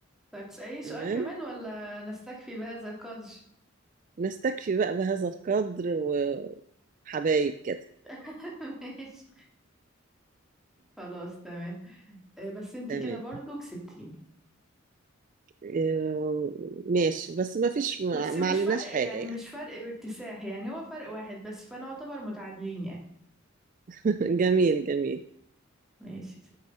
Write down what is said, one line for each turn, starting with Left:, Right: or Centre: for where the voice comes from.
Centre: طيب تسأليني سؤال
Right: تمام
Centre: كمان ولا نستكفي بهذا القدر
Right: نستكفي بقى بهذا القدر و... حبايب كده
Centre: <laughs> ماشي خلاص تمام آه، بس انت
Right: تمام
Centre: كده برضو كسبتيني
Right: آه، ماشي بس ما فيش ما
Centre: بس
Right: ما
Centre: مش
Right: عليناش
Centre: فرق
Right: حاجة
Centre: يعني
Right: يعني
Centre: مش فرق باكتساح يعني هو فرق واحد بس فانا اعتبر متعادلين يعني
Right: <laughs> جميل جميل
Centre: ماشي